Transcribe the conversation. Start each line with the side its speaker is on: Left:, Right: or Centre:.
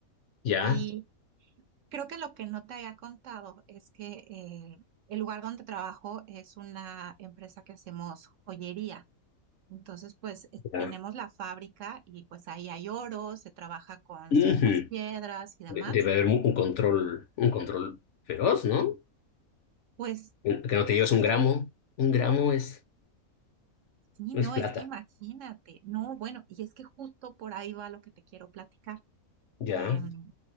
Left: ¿Ya?
Right: y creo que lo que no te había contado es que eh, el lugar donde trabajo es una empresa que hacemos joyería. Entonces, pues eh,
Left: Ya.
Right: tenemos la fábrica y pues ahí hay oro, se trabaja con
Left: Ujú.
Right: ciertas piedras y demás.
Left: De- Debe haber un un control, un control feroz, ¿no?
Right: Pues
Left: Que no
Right: yo
Left: te lleves
Right: siento
Left: un gramo. Un gramo es,
Right: que sí,
Left: es
Right: no,
Left: plata.
Right: es que imagínate, no, bueno, y es que justo por ahí va lo que te quiero platicar,
Left: Ya,
Right: em,